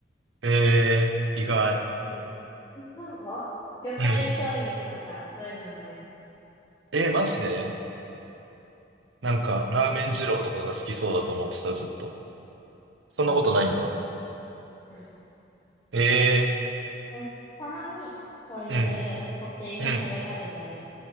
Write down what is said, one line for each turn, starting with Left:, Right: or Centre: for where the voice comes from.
Right: えー、意外。
Left: う。うん。そう魚介醤油とか、
Right: うん。
Left: そういうのがいいかも。
Right: えー、マジでなんか、ラーメン二郎とかが好きそうだと思ってた、ずっと。そんなことないんだ。
Left: うん。うん。
Right: え
Left: え、たまに、そういうこってりも食べたくなるやん。
Right: ー、うん、うん。
Left: い